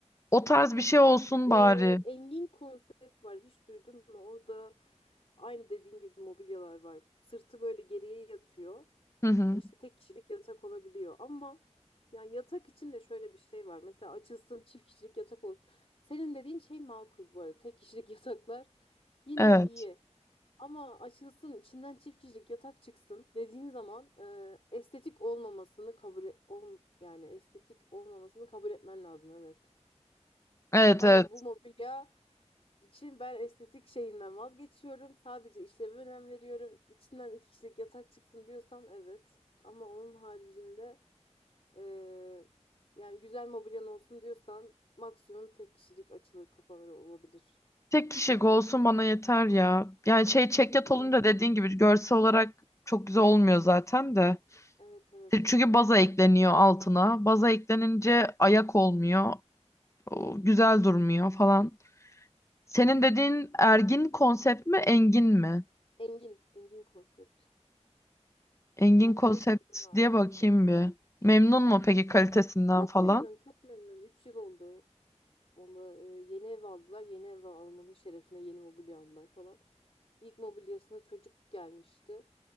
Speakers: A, on the left; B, on the left.
A: O tarz bir şey olsun
B: Ee,
A: bari.
B: Engin konsept var. Hiç duydun mu? Orada aynı dediğin gibi mobilyalar var. Sırtı böyle geriye yatıyor.
A: Hı hı.
B: E İşte tek kişilik yatak olabiliyor. Ama yani yatak için de şöyle bir şey var. Mesela açılsın çift kişilik yatak olsun. Senin dediğin şey makul bu arada. Tek kişilik <laughs> yataklar yine
A: Evet.
B: iyi. Ama açılsın içinden çift kişilik yatak çıksın dediğin zaman e, estetik olmamasını kabul et, ol, yani estetik olmamasını kabul etmen lazım evet.
A: Evet
B: Tamam
A: evet.
B: bu mobilya için ben estetik şeyinden vazgeçiyorum. Sadece işleve önem veriyorum. İçinden iki kişilik yatak çıksın diyorsan evet. Ama onun haricinde eee, yani güzel mobilyan olsun diyorsan maksimum tek kişilik açılır kapanır olabilir.
A: Tek kişilik olsun bana yeter ya. Yani şey çekyat
B: <clears throat>
A: olunca dediğin gibi görsel olarak çok güzel olmuyor zaten de.
B: Evet evet.
A: Çünkü baza ekleniyor altına. Baza eklenince ayak olmuyor. O güzel durmuyor falan. Senin dediğin ergin konsept mi, engin mi?
B: Engin. Engin konsept.
A: Engin
B: Arkadaş
A: konsept
B: oradan almıştı.
A: diye bakayım bir. Memnun mu peki kalitesinden
B: Çok
A: falan?
B: memnun, çok memnun. 3 yıl oldu. Onda e, yeni ev aldılar. Yeni ev almanın şerefine yeni mobilya aldılar falan. İlk mobilyasına çocuk gelmişti.